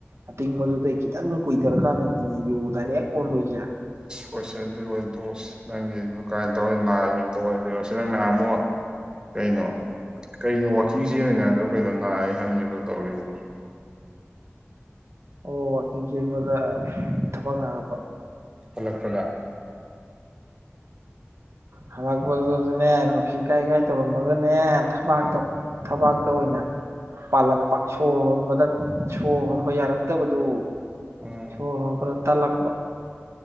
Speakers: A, on the right; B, on the right.
A: ꯑꯇꯤꯡꯕꯗꯨꯗꯩ ꯈꯤꯇꯪ ꯀꯨꯏꯊꯔ ꯀꯥꯟꯗꯅꯤꯅꯦ ꯌꯨ ꯗꯥꯏꯔꯦꯛ ꯑꯣꯟꯗꯣꯏꯒꯦꯔ
B: ꯍꯣꯏꯁꯦ ꯑꯗꯨꯏ ꯑꯣꯏꯕꯣꯁ ꯅꯪ ꯌꯕ ꯀꯃꯥꯏꯅ ꯇꯧꯔꯤ ꯥꯏ ꯑꯗꯨꯝ ꯇ ꯁꯤ ꯃꯃꯣ ꯀꯩꯅꯣ ꯀꯩꯅꯣ ꯋꯥꯛꯀꯤꯡ ꯁꯤꯖꯤꯟꯅꯜꯂꯤꯉꯥꯏꯗꯣ ꯀꯩꯅꯣ ꯅꯥꯏꯦ ꯍꯥꯏꯅꯤꯗꯣ ꯇꯧꯗꯣ
A: ꯑꯣ ꯋꯥꯋꯀꯤꯡ ꯌꯦꯡꯕꯗ ꯊꯕꯛ ꯅꯥꯔꯛꯄ
B: ꯍꯜ ꯐꯅ
A: ꯍꯜꯂꯛꯄꯗꯨꯗꯅꯦ ꯅꯨꯡꯁꯤ ꯀꯥꯏ ꯀꯥꯏ ꯇꯧꯔꯝꯃꯒꯅꯦ ꯊꯕꯥꯛꯇ ꯊꯕꯥꯛꯇ ꯑꯣꯏꯅ ꯄꯥꯜꯂꯛꯄ ꯁꯣꯔ ꯍꯣꯟꯕꯗ ꯁꯣꯔ ꯍꯣꯟꯕ ꯌꯥꯔ, ꯛꯇꯕꯗꯨ
B: ꯎꯝ
A: ꯁꯣꯣꯔ ꯅꯝꯕꯔ ꯇꯜꯂꯛꯄ